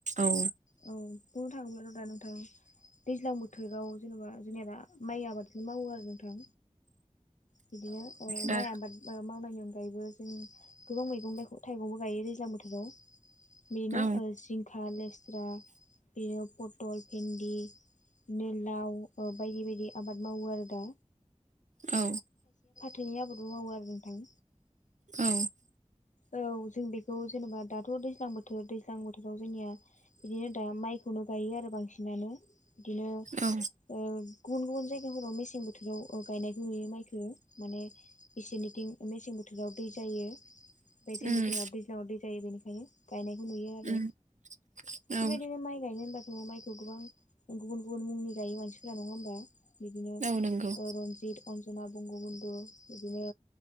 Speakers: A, on the right; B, on the left.
A: औ
B: औ बुंनो थांङोब्ला दा नोंथां दैज्लां बोथोराव जेनेबा जेनेबा माइ आबादखौ मावो आरो नोंथां। बिदिनो ओ
A: दा
B: माइ आबाद ओ मावनायनि अनगायैबो जों गोबां मैगं थायग थाइगंबो गायो दैज्लां बोथोराव बिनो
A: औ
B: ओ जिं खा लेस्रा बेनो पथल भिन्दि बिनो लाव बायदि बायदि आबाद मावो आरो दा
A: औ
B: नि आबादबो मावो आरो नोंथां
A: औ
B: औ जों बेखौ जेनेबा दाथ' दैज्लां बोथोर दैज्लां बोथोराव जोंनिया बिदिनो दा माइखौनो गायो आरो बांसिनानो बिदिनो ओ
A: औ
B: गुबुन गुबुन जायगाफोराव मेसें बोथोराव ओ गायनायखौ नुयो माइखो माने बिसोरनिथिं मेसें बो जेराव दै जायो ओमफ्राय जोंनिथिंआ
A: उम
B: दैज्लाङाव दै जायो बेनिखायनो गायनायखौ नुयो आरो
A: उम औ
B: थिग बेबायदिनो माइ गायनो होनबा माइखौ गोबां गुबुन गुबुन मुंनि गायो मानसिफोरा नङा होमबा? बिदिनो ओ
A: औ नंगौ
B: रनजित अन जना बंग' बनदु बिदिनो